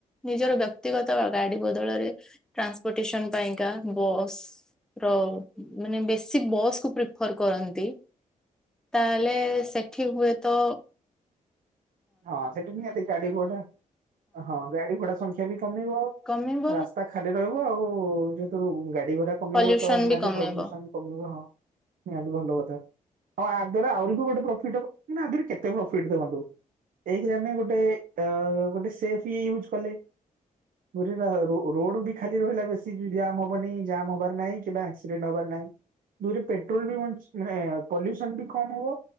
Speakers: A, in the centre; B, on the right (about 80°).
A: ନିଜର ବ୍ୟକ୍ତିଗତ ଗାଡି ବଦଳରେ ଟ୍ରାନ୍ସପୋର୍ଟେସନ ପାଇଁକା ବସ୍ ର ମାନେ ବେଶୀ ବସ୍ ପ୍ରିଫର କରନ୍ତି ତାହେଲେ ସେଠି ହୁଏ ତ
B: ହଁ ସେଠି ବି ନିହାତି ଗାଡି ଘୋଡା ହଁ ଗାଡି ଘୋଡା ସଂଖ୍ୟା ବି କମିବ
A: କମିବ
B: ରାସ୍ତା ଖାଲି ରହିବ ଆଉ ଯୋଉଥିରୁ ଗାଡି ଘୋଡା କମିବ
A: ପଲ୍ୟୁସନ
B: ତ ନିହାତି
A: ବି କମିବ
B: ପ୍ରଦୂଷଣ କମିବ ହଁ ନିହାତି ଭଲ କଥା ଆଉ ୟା ଦ୍ଵାରା ଆହୁରି ବି ଗୋଟେ ପ୍ରଫିଟ ହବ ମାନେ ୟା ଦ୍ଵାରା କେ ତେ ପ୍ରଫିଟ ଦେଖନ୍ତୁ ଏଇଥିରେ ଆମେ ଗୋଟେ ଅ ଗୋଟେ ସେଫି ଇୟୁଜ କଲେ <unintelligible> ରୋଡ ବି ଖାଲି ରହିଲା ବେଶୀ ଜାମ ହବନି ଜାମ ହବାର ନାହିଁ କିମ୍ବା ଆକ୍ସିଡେଣ୍ଟ ହବାର ନାହିଁ। ଦୂରେ ପେଟ୍ରୋଲ ବି ବ୍ ମାନେ ପଲ୍ୟୁସନ ବି କମ ହବ